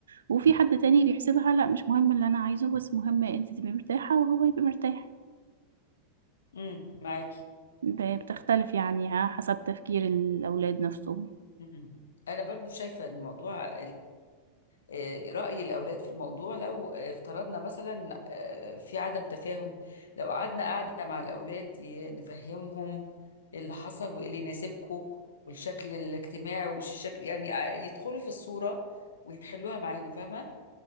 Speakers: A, on the right (about 70°); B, on the left (about 65°).
A: وفي حد تاني بيحسبها لا مش مهم اللي انا عايزه بس مهم انت تبقي مرتاحه وهو يبقى مرتاح
B: امم معاكي
A: ب- بتختلف يعني ها حسب تفكير الأولاد نفسهم
B: مم. انا برضو شايفه الموضوع آه، رأي الأولاد في الموضوع لو آه، افترضنا مثلا آه، في عدم تفاهم لو قعدنا قعدة مع الأولاد ي- نفهمهم اللي حصل وإيه اللي يناسبكم والشكل الاجتماعي ومش الشكل يعني ع- يدخلوا في الصورة ويحلوها معانا فاهمة